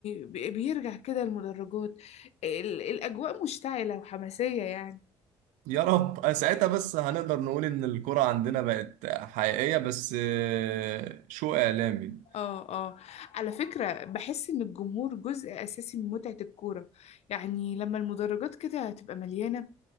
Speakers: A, on the left; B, on the right.
A: بي- بيرجع كده المدرجات ال- الأجواء مشتعلة وحماسية يعني
B: يا رب آه، ساعتها بس هنقدر نقول ان الكرة عندنا بقت حقيقية بس آه، شو اعلامي
A: اه اه على فكرة بحس ان الجمهور جزء اساسي من متعة الكورة يعني لما المدرجات كده تبقى مليانة